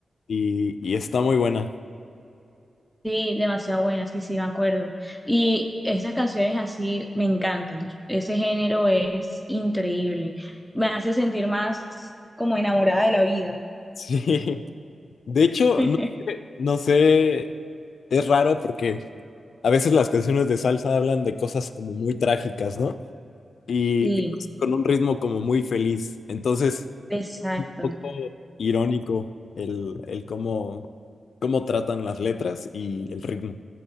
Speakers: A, on the left; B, in the centre.
A: y, y está muy buena.
B: Sí, demasiado buena, sí, sí, me acuerdo. Y esas canciones así me encantan. Ese género es increíble. Me hace sentir más como enamorada de la vida.
A: Sí, de hecho,
B: <laughs>
A: no, no sé, es raro porque a veces las canciones de salsa hablan de cosas como muy trágicas, ¿no? Y,
B: Sí,
A: y con un ritmo como muy feliz. Entonces,
B: exacto.
A: un poco irónico el, el cómo, cómo tratan las letras y el ritmo.